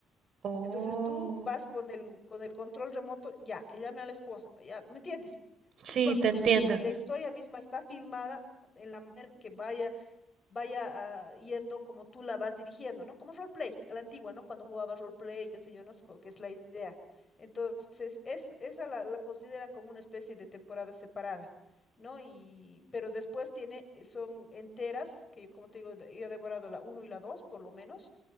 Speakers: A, on the right; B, on the left.
A: Oh,
B: Entonces, tú vas con el, con el control remoto, ya, que llame a la esposa, ya, ¿me entiendes?
A: Sí,
B: Tú vas
A: te entiendo.
B: y, y la historia misma está filmada en la manera que vaya vaya ah, yendo como tú la vas dirigiendo, ¿no? Como roleplay, a la antigua, ¿no? Cuando jugaba roleplay, qué sé yo, no sé, co- que es la idea. Entonces, es, esa la, la consideran como una especie de temporada separada, ¿no? Y, pero después tiene, son enteras, que como te digo, de- yo he devorado la uno y la 2 por lo menos.